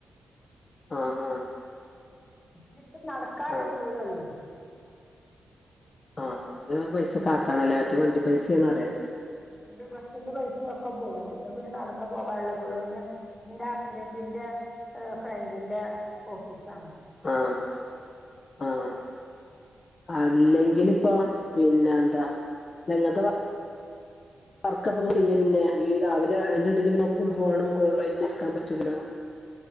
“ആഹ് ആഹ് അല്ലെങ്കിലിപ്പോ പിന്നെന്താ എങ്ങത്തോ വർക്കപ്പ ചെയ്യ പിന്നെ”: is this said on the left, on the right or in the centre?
Left